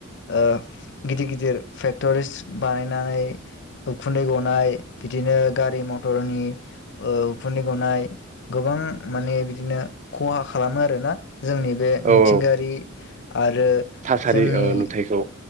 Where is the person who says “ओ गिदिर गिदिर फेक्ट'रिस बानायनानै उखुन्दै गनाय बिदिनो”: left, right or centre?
Left